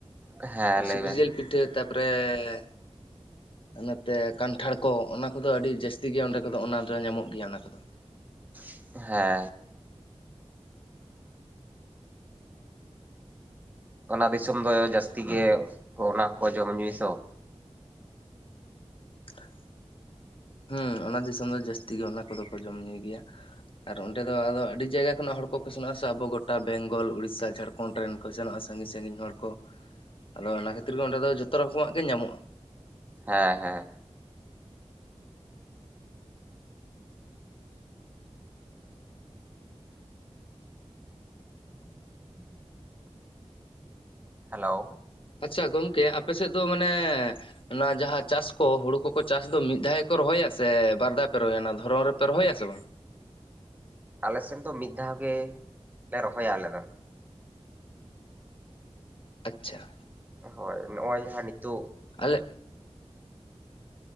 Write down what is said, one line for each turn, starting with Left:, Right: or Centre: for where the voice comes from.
Right: ᱦᱮᱸ ᱞᱟᱹᱭ
Left: ᱥᱩᱠᱨᱤ
Right: ᱵᱮᱱ
Left: ᱡᱤᱞ ᱯᱤᱴᱷᱟᱹ ᱛᱟᱯᱚᱨᱼᱼ ᱯᱚᱨᱮ ᱾ ᱚᱱᱟᱛᱮ ᱠᱟᱱᱴᱷᱟᱲ ᱠᱚ ᱚᱱᱟ ᱠᱚᱫᱚ ᱟᱹᱰᱤ ᱡᱟᱹᱥᱛᱤ ᱜᱮᱭᱟ ᱚᱸᱰᱮ ᱠᱚᱫᱚ ᱚᱱᱟ ᱫᱚ ᱧᱟᱢᱚᱜ ᱜᱮᱭᱟ ᱚᱱᱟ ᱠᱚᱫᱚ ᱾
Right: ᱦᱮᱸ ᱾ ᱚᱱᱟ ᱫᱤᱥᱚᱢ ᱫᱚ ᱡᱟᱹᱥᱛᱤ ᱜᱮ ᱚᱱᱟ ᱠᱚ ᱡᱚᱢᱧᱩᱭᱟ ᱛᱚ ᱾
Left: <inaudible> ᱦᱮᱸ ᱚᱱᱟ ᱫᱤᱥᱚᱢ ᱫᱚ ᱡᱟᱹᱥᱛᱤ ᱜᱮ ᱚᱱᱟ ᱠᱚᱫᱚ ᱠᱚ ᱡᱚᱢ ᱧᱩᱭ ᱜᱮᱭᱟ, ᱟᱨ ᱚᱸᱰᱮ ᱫᱚ ᱟᱫᱚ ᱟᱹᱰᱤ ᱡᱟᱭᱜᱟ ᱠᱷᱚᱱᱟᱜ ᱦᱚᱲ ᱠᱚᱼᱼ ᱚᱠᱚ ᱠᱚ ᱥᱮᱱᱚᱜᱼᱟ ᱥᱮ ᱟᱵᱚ ᱜᱚᱴᱟ ᱵᱮᱝᱜᱚᱞ ᱩᱲᱤᱥᱟ ᱡᱷᱟᱲᱠᱷᱚᱸᱰ ᱨᱮᱱ ᱠᱚ ᱥᱮᱱᱚᱜᱼᱟ ᱥᱟᱺᱜᱤᱧ-ᱥᱟᱺᱜᱤᱧ ᱦᱚᱲ ᱠᱚᱼᱼ ᱟᱫᱚ ᱚᱱᱟ ᱠᱷᱟᱛᱤᱨ ᱜᱮ ᱚᱸᱰᱮ ᱫᱚ ᱡᱚᱛᱚ ᱨᱚᱠᱚᱢᱟᱜ ᱜᱮ ᱧᱟᱢᱚᱜᱼᱟ ᱾
Right: ᱦᱮᱸᱻᱦᱮᱸ ᱾ ᱦᱮᱞᱳ?
Left: ᱟᱪᱷᱟ ᱜᱚᱝᱠᱮ ᱟᱯᱮ ᱥᱮᱫ ᱫᱚ ᱢᱟᱱᱮᱼᱼ ᱚᱱᱟ ᱡᱟᱦᱟᱸ ᱪᱟᱥ ᱠᱚ ᱦᱩᱲᱩ ᱠᱚᱠᱚ ᱪᱟᱥ ᱫᱚ ᱢᱤᱫ ᱫᱷᱟᱣ ᱜᱮ ᱠᱚ ᱨᱚᱦᱚᱭᱟ ᱥᱮ ᱵᱟᱨ ᱫᱷᱟᱣ ᱯᱮ ᱨᱚᱦᱚᱭᱟ ᱫᱷᱚᱨᱚᱢ ᱨᱮᱯᱮ ᱨᱚᱦᱚᱭᱟᱥᱮ ᱵᱟᱝ?
Right: ᱟᱞᱮ ᱥᱮᱱ ᱫᱚ ᱢᱤᱫ ᱫᱷᱟᱣ ᱜᱮ ᱞᱮ ᱨᱚᱦᱚᱭᱟ ᱟᱞᱮᱫᱚ ᱾
Left: ᱟᱪᱷᱟ ᱾
Right: ᱦᱳᱭ ᱱᱚᱜᱼᱚᱭ ᱦᱟᱸ ᱱᱤᱛᱚᱜᱼᱼ
Left: ᱟᱞᱮᱼᱼ